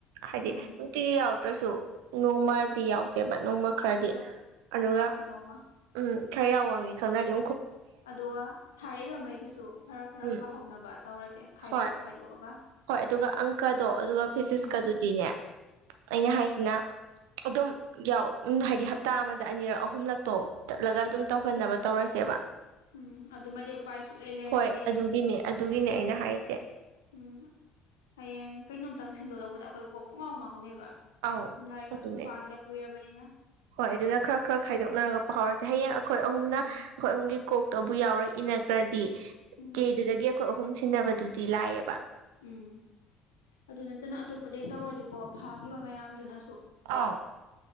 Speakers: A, on the right (about 65°); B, on the left (about 75°).
A: ꯍꯥꯏꯗꯤ
B: ꯎꯝ
A: ꯅꯨꯡꯇꯤꯒꯤ ꯌꯥꯎꯔꯗ꯭ꯔꯁꯨ ꯅꯣꯡꯃꯗꯤ
B: ꯎꯝ
A: ꯌꯥꯎꯗꯦꯕ ꯅꯣꯡꯃ ꯈꯔꯗꯤ
B: ꯍꯣꯏ
A: ꯑꯗꯨꯒ
B: ꯌꯥꯎꯔꯁꯤ ꯅꯣꯡꯃ
A: ꯎꯝ ꯐ꯭ꯔꯥꯏꯥꯎꯋꯥꯑꯕꯤ ꯈꯪꯅ ꯑꯗꯨ
B: ꯑꯗꯨꯒ ꯊꯥꯔꯛꯏꯕꯉꯩꯗꯨꯁꯨ ꯈꯔ ꯈꯔ
A: ꯎꯝ
B: ꯄꯥꯍꯧꯅꯕ ꯇꯧꯔꯁꯦ ꯈꯥꯏꯗꯣꯛꯑ
A: ꯍꯣꯏ
B: ꯈꯥꯏꯗꯣꯛꯑ
A: ꯍꯣꯏ ꯑꯗꯨꯒ ꯑꯪꯀꯗꯣ ꯑꯗꯨꯒ ꯐꯤꯖꯤꯛꯁꯀꯗꯨꯗꯤꯅꯦ
B: ꯎꯝ ꯎꯝ
A: ꯑꯩꯅ ꯍꯥꯏꯁꯤꯅ ꯑꯗꯨꯝ ꯌꯥꯎ ꯍꯥꯏꯗꯤ ꯍꯞꯇꯥ ꯑꯃꯗ ꯑꯅꯤꯔꯛ ꯑꯍꯨꯝꯂꯛꯇꯣ ꯆꯠꯂꯒ ꯑꯗꯨꯝ
B: ꯎꯝ
A: ꯇꯧꯍꯟꯅꯕ ꯇꯧꯔꯁꯦꯕ
B: ꯎꯝ ꯑꯗꯨꯃꯗꯤ ꯎꯄꯥꯏ ꯁꯨꯛꯂꯩ ꯂꯩꯔꯣꯏꯗꯦꯅꯦ
A: ꯍꯣꯏ ꯑꯗꯨꯒꯤꯅꯦ ꯑꯗꯨꯒꯤꯅꯦ ꯑꯩꯅ ꯍꯥꯏꯔꯤꯁꯦ
B: ꯎꯝ ꯍꯌꯦꯡ ꯀꯩꯅꯣꯝꯇꯪ ꯁꯦꯝꯗꯣꯛꯂꯛꯄꯗ ꯑꯩꯈꯣꯏ ꯀꯣꯛ ꯄꯨꯡꯉꯥꯎ ꯉꯥꯎꯅꯦꯕ
A: ꯑꯧ
B: ꯁꯨꯝ ꯂꯥꯏꯔꯤꯛꯀ
A: ꯑꯗꯨꯅꯦ
B: ꯁꯨꯝ ꯄꯥꯈꯤꯗ ꯀꯨꯏꯔꯕꯅꯤꯅ
A: ꯍꯣꯏ ꯑꯗꯨꯅ ꯈꯔ ꯈꯔ ꯈꯥꯏꯗꯣꯛꯅꯔꯒꯛꯄ ꯍꯧꯥꯎꯔꯁꯦ ꯍꯌꯦꯡ ꯑꯩꯈꯣꯏ ꯑꯍꯨꯝꯅ
B: ꯎꯝ
A: ꯑꯩꯈꯣꯏ ꯑꯍꯨꯝꯒꯤ ꯀꯣꯛꯇꯕꯨ ꯌꯥꯎꯔ ꯏꯅ ꯈꯔꯗꯤ
B: ꯎꯝ
A: ꯀꯦꯗꯨꯗꯒꯤ ꯑꯩꯈꯣꯏ ꯑꯍꯨꯝ ꯁꯤꯟꯅꯕꯗꯨꯗꯤ ꯂꯥꯛꯑꯦꯕ
B: ꯎꯝ ꯑꯗꯨ ꯅꯠꯇꯅ ꯑꯇꯣꯞꯄꯗꯒꯤ ꯇꯧꯔꯗꯤꯀꯣ ꯐꯥꯈꯤꯕ ꯃꯌꯥꯝꯗꯨꯅ
A: ꯑꯥꯎ